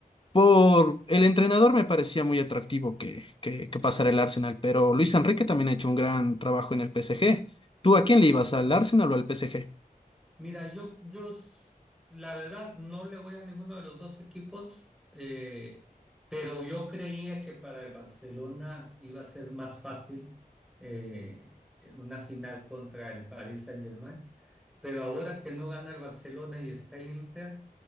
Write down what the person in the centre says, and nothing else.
Mira, yo, yo, s- la verdad, no le voy a ninguno de los dos equipos, eh, pero yo creía que para el Barcelona iba a ser más fácil eh, una final contra el Paris Saint-Germain. Pero ahora que no gana el Barcelona y está el Inter,